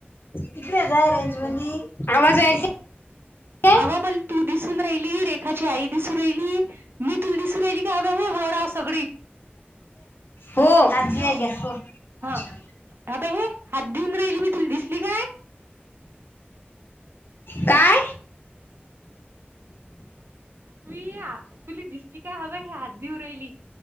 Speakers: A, on the left; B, on the right.
A: तिकडे जा रेंज मधी, आवाज आहे का? <unintelligible>
B: अवा मला तू दिसून राहिली, रेखाची आई दिसून राहिली, मी तुला दिसून राहिली का ग वर अस सगळी
A: हो आज्जी
B: हॅलो
A: आल्या सोड
B: हा अबे हे हात देऊन राहिली, मी तुला दिसली काय?
A: काय?
B: प्रिया, तुली दिसली काय हवं हे हात ऊ राहिली.